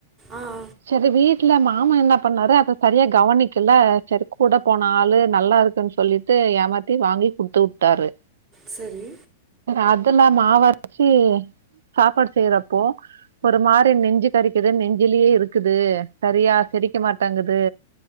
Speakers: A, on the right (about 30°); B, on the right (about 80°).
A: ஆ ஆ
B: சேரி வீட்டுல மாமா என்ன பண்ணாரு அத சரியா கவனிக்கல சரி கூட போன ஆளு நல்லாருக் ன்னு சொல்லிட்டு ஏமாத்தி வாங்கி குடுத்து வுட்டாரு
A: சேரி
B: அதுல்லா மாவரைச்சு சாப்பாடு செய்யறப்போ ஒரு மாரி நெஞ்சு கறிக்குது நெஞ்சிலயேருக்குது சரியா செரிக்க மாட்டேங்குது